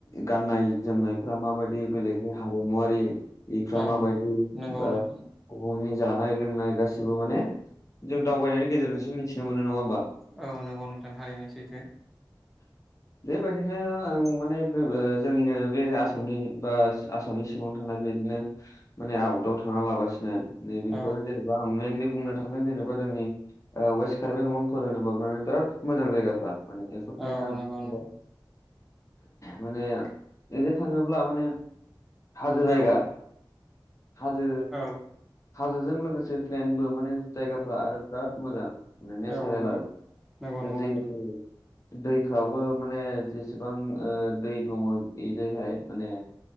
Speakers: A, on the left (about 40°); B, in the centre.
A: गाननाय जोमनायफ्रा माबायदि बेलेगनि हारिमुवारि इफ्रा
B: औ
A: माबायदि
B: नंगौ
A: बा
B: नोंथां
A: बुहुमनि जानाय लोंनाय गाससिबो माने जों दावबायनायनि गेजेरजोंसो मिथिनो मोनो नङा होमबा
B: औ नंगौ नोंथां थारैनो सैथो।
A: बेबायदिनो आं माने जोंनिनो बे आसामनि बा आसामनि सिङावनो थानाय बेदिनो माने आवदाव थांना लागासिनो नै बेफोर
B: औ
A: जेन आं मेनलि बुंनो थांगोन जेनेबा जोंनि ओ वेस्ट र्काबि-आलंफोर होनोबा मे बिराद मोजां जायगाफ्रा माने बेफोरजोंनो
B: औ
A: आं
B: नंगौ
A: बुंबाय।
B: नोंथां
A: माने ओनो थाङोब्ला माने हाजो जायगा
B: औ
A: हाजो
B: औ
A: हाजोजों लोगोसे प्लेनबो माने जायगाफ्रा आरो बिराद मोजां माने नेचारेल
B: नंगौ
A: आरो
B: नंगौ नंगौ
A: जितु
B: नोंथां
A: दैफ्राबो माने जेसेबां दै दङ बेजोंहाय माने